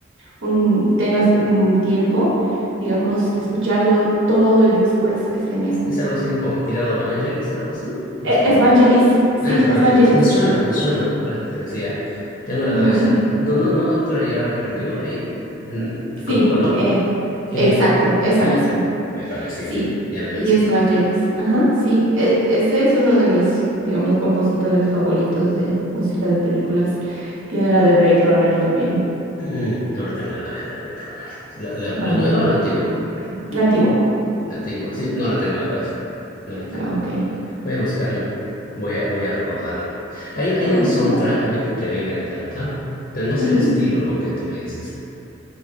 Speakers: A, on the right (about 80°); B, on the left (about 50°).
A: un, tengas un tiempo, digamos, escucharlo todo el disco es, es genial.
B: ¿Es algo así como tirado Vangelis, algo así? Pues
A: E-
B: con
A: Evangelis,
B: letra.
A: sí,
B: Ah, es Vangelis.
A: Evangelis.
B: Me suena, me suena,
A: Sí.
B: por eso te decía. Tengo la cabeza.
A: Ujú.
B: No, no, no, doctora Girard de perdió ahí, en-
A: Sí,
B: como Colón.
A: eh,
B: Eh,
A: exacto, esa
B: me,
A: misma.
B: me parecía,
A: Sí,
B: ya me
A: y
B: parecía.
A: es Vangelis. Ajá, sí, e- ese es uno de mis, digamos, compositores favoritos de música de películas. Tiene la de Blade Runner también.
B: Mm, no la tengo en la cabeza, la Blade Runner. ¿La, la- la
A: Ah,
B: nueva
A: ya.
B: o la antigua?
A: ok. La antigua.
B: La antigua, sí, no la tengo en la cabeza. No la tengo.
A: Ah, ok.
B: Voy a buscarla, voy a, voy a recordarla. Hay, hay
A: Ah,
B: un soundtrack
A: ah,
B: a mí que, que a mí me encanta. Pero no
A: ujú,
B: sé el estilo, ¿no? Que tú me dices.